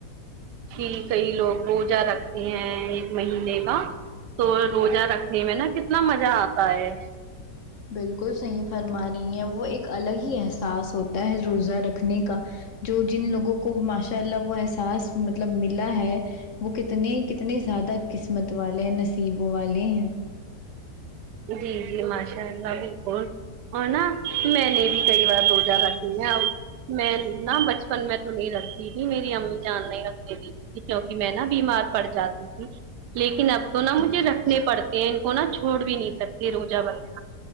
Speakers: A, on the right (about 80°); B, on the left (about 55°).
A: کی کئی لوگ روزہ رکھتے ہیں ایک مہینے کا تو روزہ رکھنے میں نا کتنا مزہ آتا ہے
B: بالکل صحیح فرما رہی ہیں وہ ایک الگ ہی احساس ہوتا ہے روزہ رکھنے کا جو جن لوگوں کو ماشاء اللہ وہ احساس مطلب ملا ہے وہ کتنے کتنے زیادہ قسمت والے نصیب والے ہیں
A: جی جی ماشاء اللہ بالکل اور نا میں نے بھی کئی بار روزہ رکھ لیا میں نہ بچپن میں تو نہیں رکھتی تھی میری امی جان نہیں رکھتی تھی کیونکہ میں نا بیمار پڑ جاتی تھی لیکن اب تو نہ
B: جی
A: مجھے
B: جی
A: رکھنے پڑتے ہیں ان کو نہا چھوڑ بھی نہیں سکتے روزہ بغیرہ